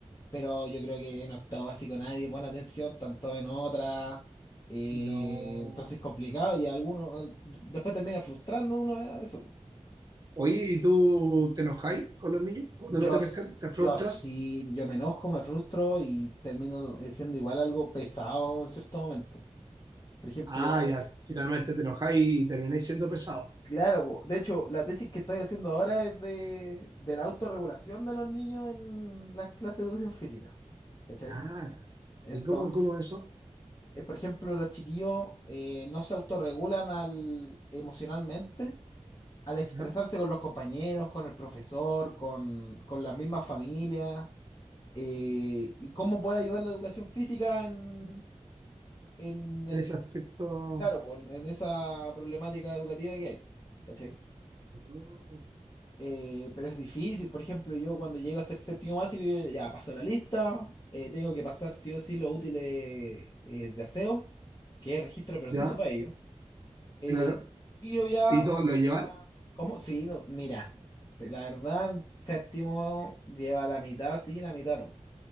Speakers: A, on the left; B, on the right.
A: pero yo creo que en octavo básico nadie pone atención, tanto en otra, y
B: No.
A: entonces es complicado y alguno al- después termina frustrando uno a eso. po.
B: Oye, ¿y tú te enojáis con los niños cuando
A: Yo,
B: no te
A: s-
B: pescan? ¿Te frustras?
A: yo sí, yo me enojo, me frustro y termino siendo igual algo pesado en cierto momento. Por ejemplo,
B: Ah, ya, finalmente te enojáis y termináis siendo pesado.
A: claro, po, de hecho, la tesis que estoy haciendo ahora es de, de la autorregulación de los niños en las clases de educación física. ¿Cachai?
B: Ah,
A: Entonces,
B: ¿y cómo, cómo eso?
A: eh, por ejemplo, los chiquillos eh, no se autorregulan al, emocionalmente al expresarse
B: ¿Ya?
A: con los compañeros, con el profesor, con, con las mismas familias, eh, y cómo puede ayudar la educación física en, en el,
B: En ese aspecto.
A: claro, por- en esa problemática educativa que hay, ¿cachai?
B: mm,
A: Eh, pero es difícil, por ejemplo, yo cuando llego a ser séptimo básico, yo ya paso la lista, eh, tengo que pasar sí o sí los útiles eh, de aseo, que es registro de proceso
B: ¿Ya?
A: para ellos Eh,
B: Claro.
A: y yo ya,
B: ¿Y todos lo llevan?
A: ¿cómo? Sí, no, mira, te- la verdad, en séptimo lleva la mitad, sí, la mitad no.